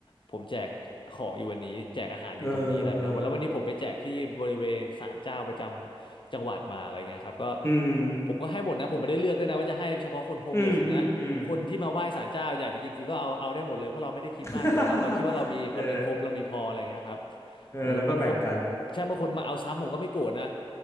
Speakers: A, on the left; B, on the left.
A: ผมแจกของอยู่วันนี้แจกอาหารอยู่ตรงนี้อะไรแบบเนี้ยวันแล้ววันนี้ผมไปแจกที่บริเวณศาลเจ้าประจำจังหวัดมาอะไรเงี้ยครับก็
B: เออเอออืม
A: ผมก็ให้หมดนะผมไม่ได้เลือกด้วยนะว่าจะให้เฉพาะคนโฮมเลสอย่างเงี้ยคนที่มาไหว้ศาลเจ้าอยากจะกินฟรีก็เอาเอาได้หมดเลยเพราะเราไม่ได้คิดมากอยู่แล้วเราคิดว่าเรามีเรามีครบเรามีพออะไรเงี้ยครับ
B: อืมอืมอืม <laughs> เออเออแล้วก็แบ่งกัน
A: เออบางคน ใช่บางคนมาเอาซ้ำผมก็ไม่โกรธนะ